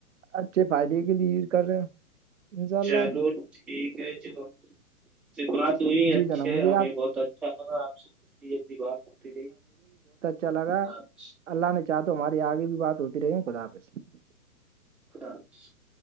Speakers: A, on the right; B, in the centre.
A: اچھے فائدے کے لیے یز کر رہے ہیں انشاءاللہ
B: چلو ٹھیک ہے جو سے بات تو ہی
A: جی
B: اچھے
A: جناب مجھے
B: ہمیں
A: آپ
B: بہت اچھا لگا آپ سےنی بات ہوتی رہی
A: چ لگا
B: اللہ حافظ
A: اللہ نے چاہ تو ہماری آگے بھی بات ہوتی رہی خدا سے
B: خدا حافظ <unintelligible>